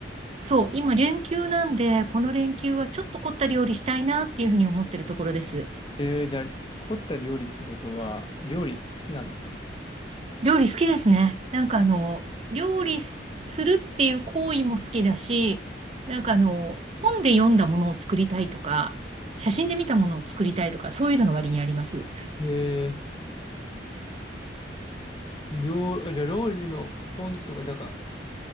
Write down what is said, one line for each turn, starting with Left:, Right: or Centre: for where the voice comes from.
Right: そう、今連休なんで、この連休はちょっと凝った料理したいなっていうふうに思ってるところです。
Left: えー、じゃあ、凝った料理ってことは、料理好きなんですか
Right: 料理好きですね。なんかあの、料理すするっていう行為も好きだし、なんかあの、本で読んだものを作りたいとか、写真で見たものを作りたいとか、そういうのが割にあります。
Left: えー、料、じゃあ料理の本とか、だか